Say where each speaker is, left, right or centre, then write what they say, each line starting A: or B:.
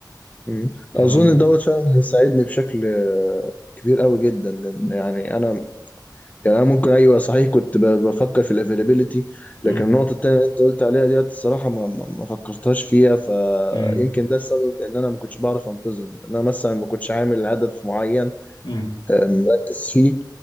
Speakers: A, on the left; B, on the left.
A: مم.
B: تمام
A: أظن
B: كده
A: دوت فعلا هيساعدني بشكل آه، كبير قوي جدا لأن يعني أنا يعني انا ممكن ايوه صحيح كنت ب- بفكر في الافيلابيلتي لكن
B: امم
A: النقطه التانيه اللي انت قلت عليها ديت الصراحه ما ما ما فكرتهاش فيها فيمكن
B: امم
A: ده السبب ان انا ما كنتش بعرف انتظم ان انا مثلا ما كنتش عامل هدف معين
B: امم
A: آه، مركز فيه